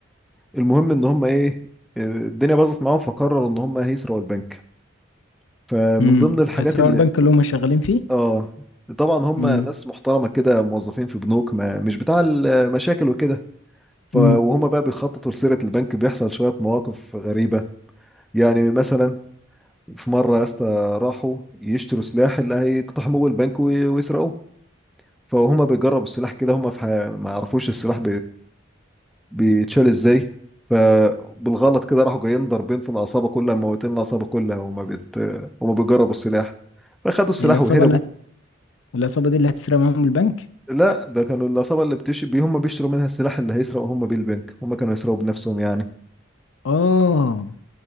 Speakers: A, in the centre; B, on the left (about 75°).
A: المهم ان هم ايه الدنيا باظت معاهم فقرروا ان هم هيسرقوا البنك فمن
B: امم
A: ضمن الحاجات
B: هيسرقوا
A: اللي
B: البنك اللي هم شغالين فيه
A: اه طبعا هم
B: امم
A: ناس محترمه كده موظفين في بنوك ما مش بتاع المشاكل وكده ف
B: امم
A: وهم بقى بيخططوا لسرقه البنك بيحصل شويه مواقف غريبه يعني مثلا في مره يا اسطى راحوا يشتروا سلاح اللي هيقتحموا البنك وي- ويسرقوه فهم بيجربوا السلاح كده هم في ح- ما يعرفوش السلاح بيتشال ازاي فبالغلط كده راحوا جايين ضاربين في العصابه كلها موتين العصابه كلها وما بت وما بيجربوا السلاح فخدوا السلاح
B: العصابه
A: وهربوا
B: اللي هت... العصابه دي اللي هتسرق معاهم البنك
A: لا ده كانوا العصابه اللي بتش بي هم بيشتروا منها السلاح اللي هيسرقوا هم بيه البنك هم كانوا يسرقوا بنفسهم يعني
B: اه